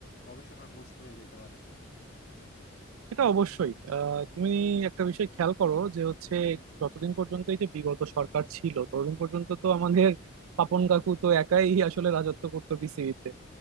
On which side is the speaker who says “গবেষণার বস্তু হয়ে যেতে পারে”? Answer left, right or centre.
Left